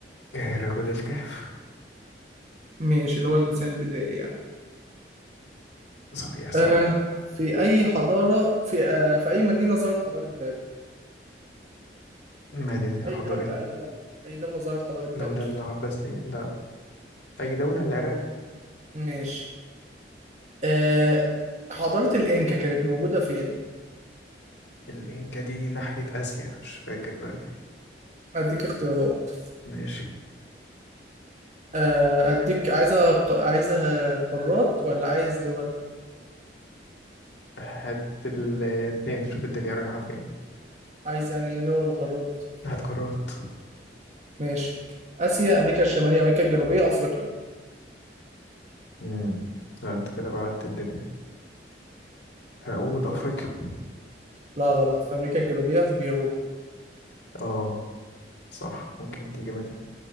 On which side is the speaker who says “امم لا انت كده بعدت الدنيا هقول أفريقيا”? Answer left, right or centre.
Left